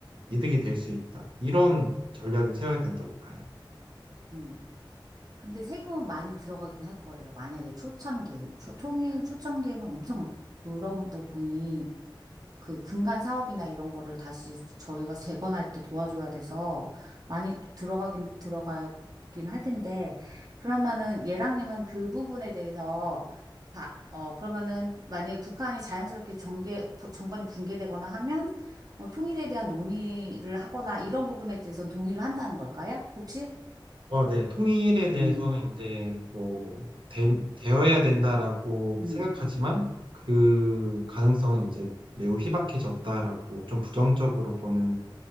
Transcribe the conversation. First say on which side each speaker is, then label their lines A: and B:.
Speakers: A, on the right; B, on the right.
A: 이득이 될 수 있다. 이런 전략을 세워야 된다고 봐요.
B: 음. 근데 세금은 많이 들어가긴 할 거예요. 만약에 초창기에는, 초, 통일 초창기에는 엄청 뭐 그런 부분이 그 근간 사업이나 이런 거를 다시 저희가 재건할 때 도와줘야 돼서 많이 들어가긴 들어가긴 할 텐데 그러면은 예랑님은 그 부분에 대해서 봐, 어 그러면은 만약에 북한이 자연스럽게 정계 부- 정권이 붕괴되거나 하면 어, 통일에 대한 논의를 하거나 이런 부분에 대해서는 동의를 한다는 걸까요? 혹시?
A: 어, 네. 통일에 대해서는
B: 음,
A: 이제 뭐 되, 되어야 된다라고
B: 음,
A: 생각하지만 그 가능성은 이제 매우 희박해졌다라고 좀 부정적으로 보는